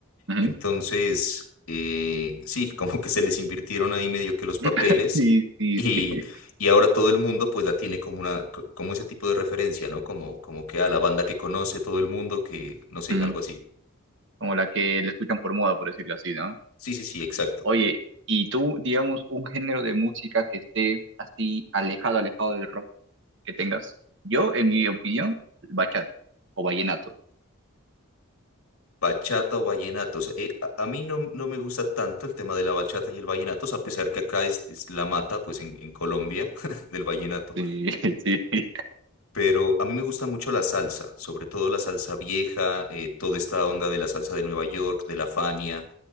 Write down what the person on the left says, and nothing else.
Entonces, eh, sí, <laughs> como que se les invirtieron ahí medio que los papeles
y,
y ahora todo el mundo pues la tiene como una, co- como ese tipo de referencia, ¿no? Como, como que a la banda que conoce todo el mundo, que no sé,
algo así.
Sí, sí, sí, exacto.
Bachata o vallenatos. Eh, a, a mí no, no me gusta tanto el tema de la bachata y el vallenato, o sea, a pesar que acá es, es la mata, pues en, en Colombia, <laughs> del vallenato.
Pero a mí me gusta mucho la salsa, sobre todo la salsa vieja, eh, toda esta onda de la salsa de Nueva York, de la Fania,